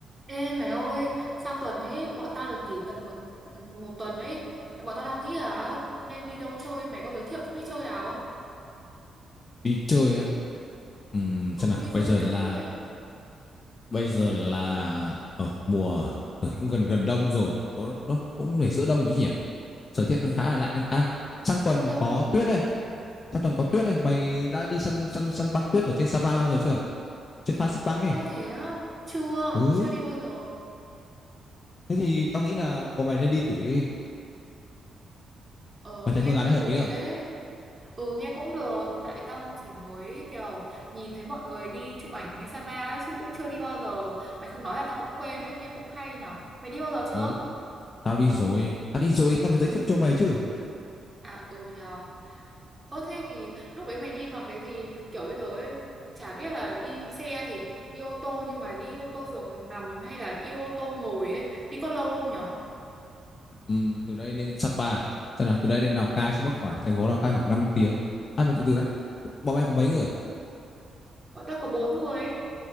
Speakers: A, on the right; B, on the left.
A: Ê mày ơi, sang tuần ấy bọn tao được nghỉ tận một một tuần ấy. Bọn tao đang nghĩ là nên đi đâu chơi, mày có giới thiệu chỗ đi chơi nào không?
B: đi chơi á. Ừm,
A: Ừ,
B: xem nào
A: đi
B: bây
A: du
B: giờ
A: lịch
B: là
A: các thứ ấy.
B: bây giờ là ở mùa ờ, cũng gần gần đông rồi Có- nó cũng phải giữa đông rồi chứ nhỉ thời tiết nó khá là lạnh đấy à sang tuần
A: Giữa đông
B: có
A: rồi.
B: tuyết đây sang tuần có tuyết đây mày đã đi săn săn săn băng tuyết ở trên Sapa bao giờ chưa trên Phan Xipang ấy
A: Ơ thế á, chưa,
B: ừ
A: chưa đi bao giờ.
B: thế thì tao nghĩ là bọn mày nên đi thử đi
A: Ờ,
B: mày thấy
A: nghe
B: phương án
A: cũng
B: đấy hợp
A: thú
B: lý không
A: vị đấy. Ừ, nghe cũng được, tại tao chỉ mới kiểu nhìn thấy mọi người đi chụp ảnh đến Sapa ấy chứ cũng chưa đi bao giờ. Mày không nói là tao cũng quên đấy, nghe cũng hay nhở. Mày đi bao giờ chưa?
B: ừ tao đi rồi tao đi rồi tao mới giới thiệu cho mày chứ
A: À ừ nhờ. Ơ thế thì lúc đấy mày đi bằng cái gì? Kiểu bây giờ ấy, chả biết là đi xe thì đi ô tô nhưng mà đi ô tô giường nằm hay là đi ô tô ngồi ấy, đi có lâu không nhở?
B: Ừm, từ đây lên Sapa Xem nào từ đây lên Lào Cai sẽ mất khoảng thành phố Lào Cai khoảng năm tiếng ăn một từ từ đã bọn em có mấy người
A: Bọn tao có bốn người ấy.